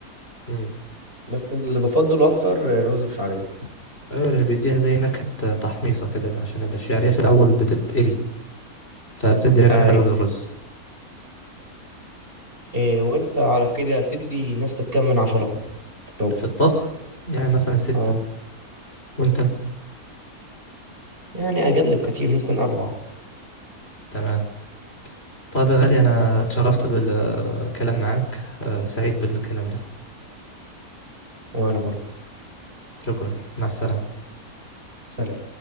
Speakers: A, on the left; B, on the right.
A: مم.
B: بس اللي بفضله أكتر رز بشعرية
A: ايوه اللي بيديها زي نكهة تحميصة كده عشان الشعرية في الأول بتتقلي فبتدي نكهة
B: أيوة
A: حلوة للرز
B: إيه وانت على كده تدي نفسك كام من عشرة في الطبخ
A: في الطبخ يعني مثلا ستة
B: اه
A: وانت
B: يعني اقل بكتير ممكن اربعة
A: تمام طيب يا غالي أنا اتشرفت بالكلام معاك آه، سعيد بالكلام ده
B: وانا برضه
A: شكرا ليك مع السلامة
B: سلام